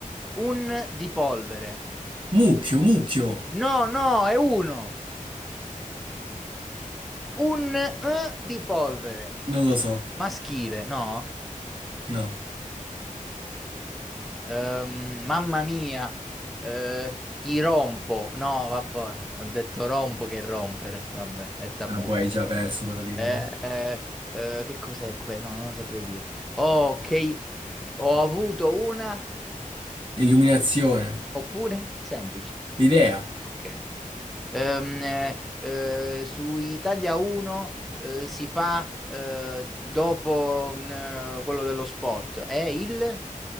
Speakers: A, in the centre; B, on the right.
A: Un di polvere.
B: mucchio, mucchio.
A: No, no, è uno. Un eh, di polvere.
B: Non lo so.
A: Maschile, no?
B: No.
A: Ehm, mamma mia. Eh, ti rompo. No, vabbè, ho detto rompo che rompere. Vabbè, è tabù.
B: Ah, boh, hai già perso praticamente.
A: Eh, eh, eh, che cos'è quello? No, non saprei dirlo. Oh, ok. Ho avuto una,
B: Illuminazione,
A: oppure semplice.
B: idea,
A: Ok. Ehm, eh, eh, su Italia 1 eh, si fa eh, dopo mm, eh, quello dello sport. È il?